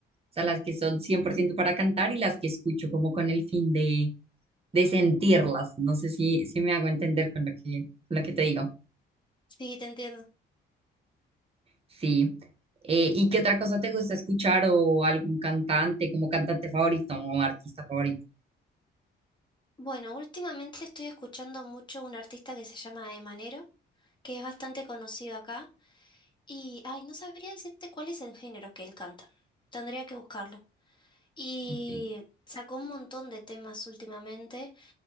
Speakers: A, on the right; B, on the left.
A: o sea, las que son 100% para cantar y las que escucho como con el fin de, de sentirlas. No sé si, si me hago entender con lo que, lo que te digo.
B: Sí, te entiendo.
A: Sí. Eh, ¿y qué otra cosa te gusta escuchar o algún cantante, como cantante favorito o artista favorito?
B: Bueno, últimamente estoy escuchando mucho un artista que se llama Emanero, que es bastante conocido acá. Y, ay, no sabría decirte cuál es el género que él canta. Tendría que buscarlo. Y
A: Ok,
B: sacó un montón de temas últimamente.